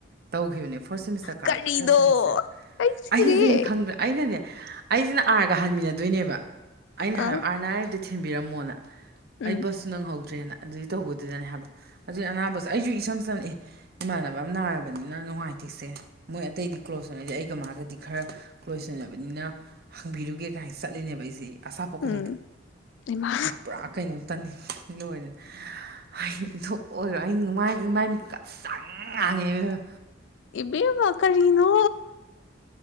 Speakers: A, on the right; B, on the left.
A: ꯇꯧꯈꯤꯕꯅꯦ ꯐꫭꯔꯠ ꯁꯦꯃꯤꯁꯇꯔ ꯀꯥꯔꯛꯄ
B: ꯀꯔꯤꯅꯣ
A: ꯊꯥꯔꯠ ꯁꯦꯃꯤꯁꯇꯔꯗ
B: ꯑꯩ ꯁꯤꯔꯦ
A: ꯑꯩꯁꯤꯅꯦ ꯈꯪꯕꯔꯥ ꯑꯩꯅꯅꯦ ꯑꯩꯁꯤꯅ ꯑꯥꯔꯒ ꯍꯟꯃꯤꯟꯅꯗꯦ ꯅꯤꯕ <unintelligible> ꯑꯩꯅꯅ
B: ꯑꯥ
A: ꯍꯥꯏꯕ ꯑꯥꯔꯅ ꯊꯦꯝꯕꯤꯔꯝꯃꯣꯅ
B: ꯎꯝ
A: ꯑꯩ ꯕꯁꯁꯨ ꯅꯪꯍꯧꯗ꯭ꯔꯦꯅ ꯑꯗꯨꯏ ꯇꯧꯕꯗꯨꯗꯅꯦ ꯍꯥꯏꯕ ꯑꯗꯨ ꯑꯅꯥꯕ ꯑꯩꯁꯨ ꯏꯁꯝ ꯁꯝ ꯑꯦ ꯏꯃꯥꯟꯅꯕ ꯑꯃ ꯅꯥꯔꯕꯅꯤꯅ ꯅꯨꯡꯉꯥꯏꯇꯦꯁꯦ ꯃꯣꯏ ꯑꯇꯩꯗꯤ ꯀ꯭ꯂꯣꯁ ꯑꯣꯏꯅꯗꯤ ꯑꯩꯒ ꯃꯥꯒꯗꯤ ꯈꯔ ꯀ꯭ꯂꯣꯖ ꯑꯣꯏꯅꯕꯅꯤꯅ ꯍꯪꯕꯤꯔꯨꯒꯦ ꯀꯥꯏꯅ ꯆꯠꯂꯤꯅꯦꯕ ꯑꯩꯁꯦ ꯑꯆꯥꯄꯣꯛꯀ
B: ꯎꯝ
A: ꯂꯩꯇꯅ
B: ꯏꯃꯥ
A: ꯃꯥ ꯄꯨꯔꯥ ꯀꯩꯅꯣꯝ ꯇꯟꯅꯤ ꯅꯣꯏꯅ ꯑꯩ ꯅꫭꯛꯑꫭꯏꯕ ꯑꯩ ꯃꯥꯏ ꯃꯥꯏ ꯉꯁꯪ ꯉꯥꯡꯉꯦ ꯏꯕꯦꯝꯃ
B: ꯏꯕꯦꯝꯃꯥ ꯀꯔꯤꯅꯣ